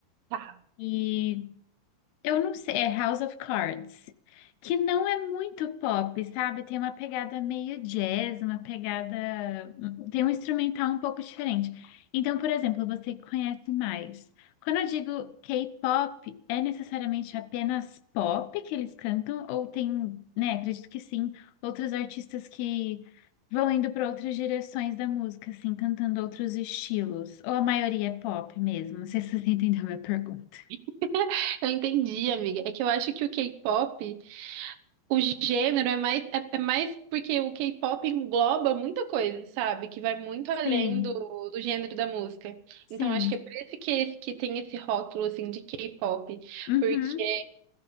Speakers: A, on the right; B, on the left.
A: tá.
B: E eu não sei, é House of Cards, que não é muito pop, sabe? Tem uma pegada meio jazz, uma pegada. Tem um instrumental um pouco diferente. Então, por exemplo, você que conhece mais. Quando eu digo K-pop, é necessariamente apenas pop que eles cantam? Ou tem, né? Acredito que sim, outros artistas que vão indo para outras direções da música, assim, cantando outros estilos. Ou a maioria é pop mesmo? Não sei se você <laughs> entendeu a minha pergunta.
A: <laughs> Eu entendi, amiga. É que eu acho que o K-pop. O gênero é mais, é, é mais porque o K-pop engloba muita coisa, sabe? Que vai muito além
B: Sim.
A: do, do gênero da música.
B: Sim.
A: Então, acho que é por isso que, esse- que tem esse rótulo, assim, de K-pop.
B: Uhum.
A: Porque